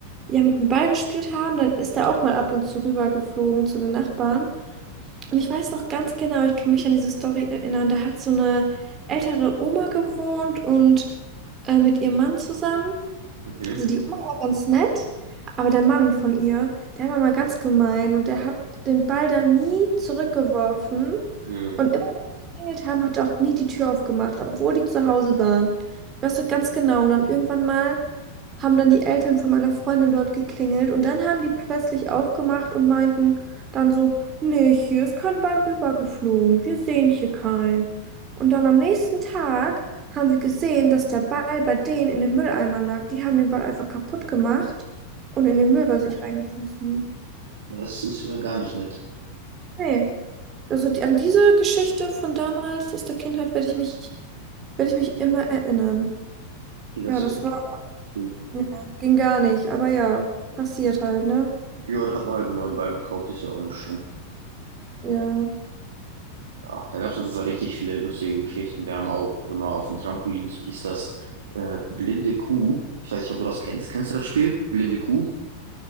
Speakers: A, on the right; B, on the right.
A: ja mit dem Ball gespielt haben, dann ist er auch mal ab und zu rübergeflogen zu den Nachbarn. Und ich weiß noch ganz genau, ich kann mich an diese Story erinnern, da hat so eine ältere Oma gewohnt und äh, mit ihrem Mann zusammen.
B: Mhm.
A: Also die Oma war ganz nett, aber der Mann von ihr, der war mal ganz gemein und der hat den Ball dann nie zurückgeworfen.
B: Mhm.
A: Und immer, wenn wir geklingelt haben, hat er auch nie die Tür aufgemacht, obwohl die zu Hause waren. Ich weiß noch ganz genau. Und dann irgendwann mal haben dann die Eltern von meiner Freundin dort geklingelt und dann haben die plötzlich aufgemacht und meinten dann so, nee, hier ist kein Ball rübergeflogen, wir sehen hier keinen. Und dann am nächsten Tag haben wir gesehen, dass der Ball bei denen in dem Mülleimer lag. Die haben den Ball einfach kaputt gemacht und in den Müll bei sich reingeschmissen.
B: Das ist ja gar nicht nett.
A: Nee, also die, an diese Geschichte von damals aus der Kindheit werde ich mich, werde ich mich immer erinnern.
B: Nee, das
A: Ja, das
B: ist nicht
A: war,
B: cool.
A: ja, ging gar nicht, aber ja, passiert halt, ne?
B: Ja, da hat man halt einen neuen Ball gekauft, ist ja auch nicht schlimm.
A: Ja.
B: Ja, da gab es auf jeden Fall richtig viele lustige Geschichten. Wir haben auch immer auf dem Trampolin, so hieß das, äh, blinde Kuh. Ich weiß nicht, ob du das kennst. Kennst du das Spiel? Blinde Kuh?